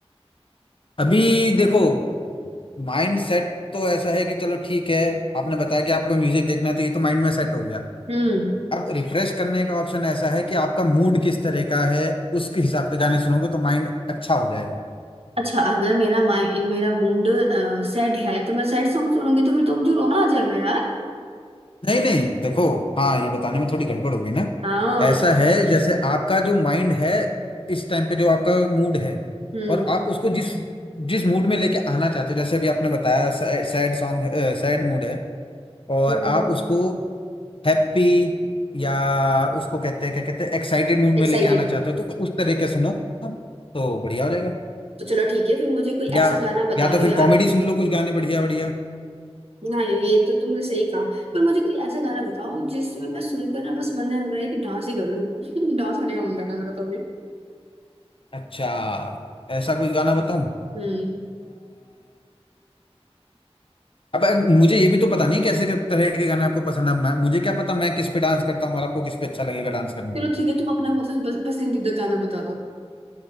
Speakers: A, on the left (about 55°); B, on the right (about 70°).
A: अभी देखो माइंड सेट तो ऐसा है कि चलो ठीक है आपने बताया कि आपको म्यूजिक देखना है तो ये तो माइंड में सेट हो गया
B: हम्म
A: अब रिफ्रेश करने का ऑप्शन ऐसा है कि आपका मूड किस तरह का है उसके हिसाब से गाने सुनोगे तो माइंड अच्छा हो जाएगा
B: अच्छा अगर मेरा माइ मेरा मूड सैड है तो मैं सैड सॉन्ग सुनूंगी तो फिर तो मुझे रोना आ जाएगा यार
A: नहीं नहीं देखो हाँ ये बताने में थोड़ी गड़बड़ हो गई ना
B: हाँ
A: ऐसा है जैसे आपका जो माइंड है इस टाइम पे जो आपका मूड है
B: हम्म
A: और आप उसको जिस जिस मूड में लेके आना चाहते हो जैसे अभी आपने बताया सैड सॉन्ग सैड मूड है और
B: हम्म
A: आप उसको हैप्पी या उसको कहते हैं क्या कहते हैं एक्साइटेड मूड
B: एक्साइटेड
A: में लेके आना चाहते हो तो उस तरह के सुनो तो बढ़िया हो जाएगा
B: तो चलो ठीक है फिर मुझे कोई
A: या
B: ऐसा गाना बता
A: या तो
B: दो
A: फिर
B: यार
A: कॉमेडी सुन लो कुछ गाने बढ़िया बढ़िया
B: ना ये तो तुमने सही कहा पर मुझे कोई ऐसा गाना बताओ जिसमें मैं सुनकर ना बस मन लग रहा है कि डांस ही कर लूं <laughs> डांस करने का मन कर रहा है मेरा तो अभी
A: अच्छा ऐसा कोई गाना बताऊं
B: हम्म
A: अब अब मुझे ये भी तो पता नहीं कैसे किस तरह के गाने आपको पसंद है मैं, मुझे क्या पता मैं किस पे डांस करता हूँ और आपको किस पे अच्छा लगेगा डांस करना
B: चलो ठीक है तुम अपना पसंद पस- पसंदीदा गाना बता दो